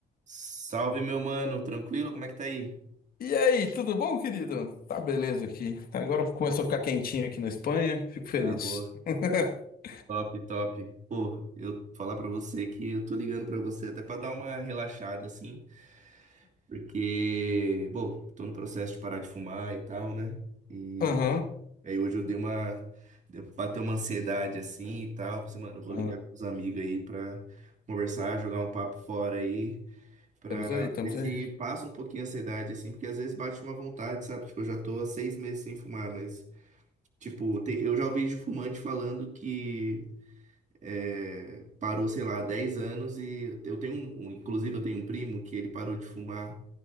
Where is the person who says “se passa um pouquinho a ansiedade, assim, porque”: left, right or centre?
Right